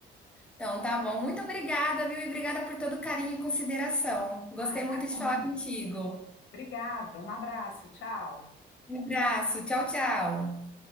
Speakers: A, in the centre; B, on the left.
A: Então, tá bom. Muito obrigada, viu? E obrigada por todo o carinho e consideração. Gostei
B: Ah, imagina.
A: muito de falar contigo.
B: Obrigada. Um abraço. Tchau.
A: Um abraço. Tchau, tchau.